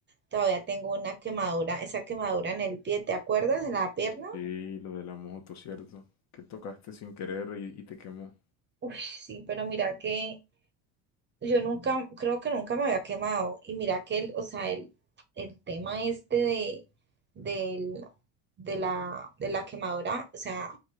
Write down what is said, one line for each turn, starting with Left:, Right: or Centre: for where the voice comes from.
Right: todavía tengo una quemadura, esa quemadura en el pie, ¿te acuerdas de la pierna?
Left: Sí, lo de la moto, ¿cierto? Que tocaste sin querer y, y te quemó.
Right: Uy, sí, pero mira que Yo nunca, creo que nunca me había quemado. Y mira que el, o sea, el, el tema este de, del, de la, de la quemadura, o sea,